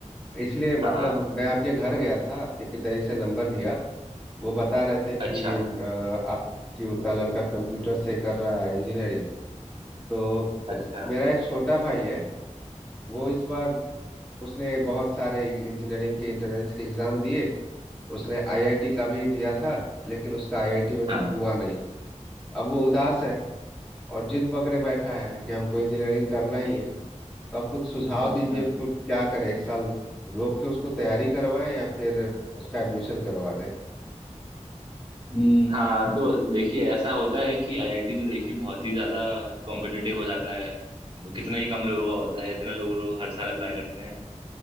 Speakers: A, in the centre; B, on the right.
A: इसलिए मतलब
B: हाँ हाँ,
A: मैं आपके घर गया था आपके पिताजी से नंबर लिया वो बता रहे थे कि
B: अच्छा
A: अ, आ, कि उनका लड़का कंप्यूटर से कर रहा है इंजीनियरिंग तो
B: अच्छा
A: मेरा एक छोटा भाई है वो इस बार उसने बहुत सारे इंजीनियरिंग के एंट्रेंस के एग्ज़ाम दिए उसने आईआईटी का भी दिया था लेकिन उसका आईआईटी में
B: हाँ
A: तो हुआ नहीं अब वो उदास है और जिद पकड़े बैठा है कि हमको इंजीनियरिंग करना ही है तो आप कुछ सुझाव
B: अच्छा
A: दीजिए उसको क्या करे एक साल रोक के उसको तैयारी करवाएं या फिर उसका एडमिशन करवा दें
B: हम्म, हाँ तो देखिए ऐसा होता है कि आईआईटी तो देखिए बहुत ही ज़्यादा कॉम्पिटिटिव हो जाता है वो कितना ही कम लोगों का होता है इतना लोग रोज हर साल अप्लाई करते हैं